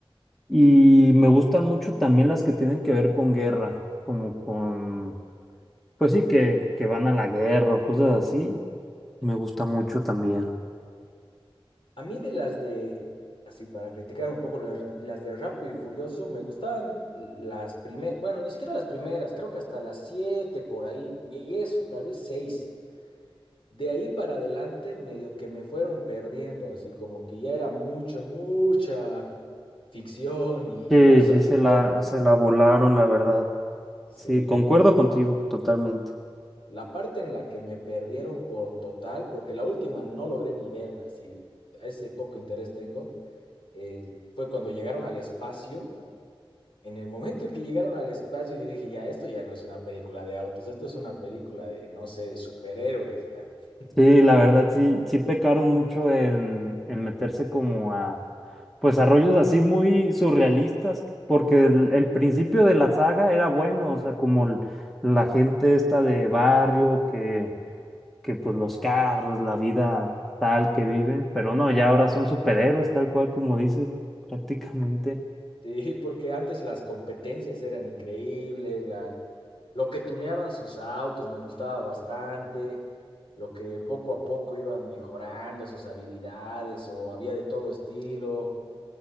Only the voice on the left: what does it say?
A mí de las de, así para criticar un poco las, las de Rápido y Furioso, me gustaban las primeras, bueno, ni siquiera las primeras, creo que hasta las siete por ahí, y y eso, tal vez seis. De ahí para adelante, medio que me fueron perdiendo, así como que ya era mucha, mucha ficción y,
y cosas
locas
Sí,
la,
la parte en la que me perdieron por total, porque la última no logré ni verla, así, ese poco interés tengo eh, fue cuando llegaron al espacio. En el momento en que llegaron al espacio, yo dije, ya, esto ya no es una película de autos, esto es una película de, no sé, de superhéroes, ya. <laughs>
Sí, porque antes las competencias eran increíbles, la, lo que tuneaban sus autos me gustaba bastante, lo que poco a poco iban mejorando sus habilidades o había de todo estilo.